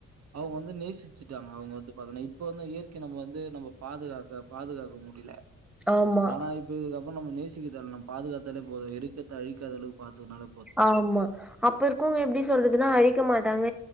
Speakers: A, on the right (about 55°); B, in the centre.
A: அவங்க வந்து நேசிச்சுட்டாங்க அவங்க வந்து பாத்தன்னா இப்ப வந்து இயற்கை நம்ம வந்து நம்ம பாதுகாக்க பாதுகாக் க முடியல
B: ஆமா ஆமா
A: ஆனா இப் இதுக்கப்பறோ நம்ம நேசிக்க தேவல்ல நம் பாதுகாத்தாலே போது இருக்கறத்த அழிக்காத அளவு பாத்துக்குட்னாலே
B: ஆமா அப்ப இருக்கவங்க எப்டி சொல்றதுன்னா அழிக்க மாட்டாங்க